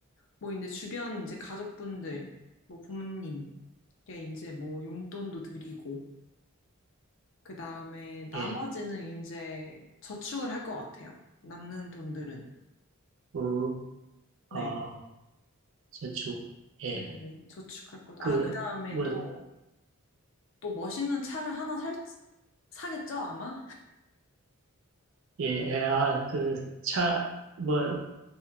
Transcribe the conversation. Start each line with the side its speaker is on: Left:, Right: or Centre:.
Left: 뭐 이제 주변 이제 가족분들, 뭐 부모님, 게 이제 뭐 용돈도 드리고, 그 다음에 나머지는
Right: 예,
Left: 이제 저축을 할 것 같아요. 남는 돈들은.
Right: 우,
Left: 네.
Right: 어, 저축, 예,
Left: 네네. 저축할 것.
Right: 그,
Left: 아, 그 다음에
Right: 뭐,
Left: 또, 또 멋있는 차를 하나 살, 사겠죠, 아마?
Right: 예, 예, 아, 그, 차, 뭐,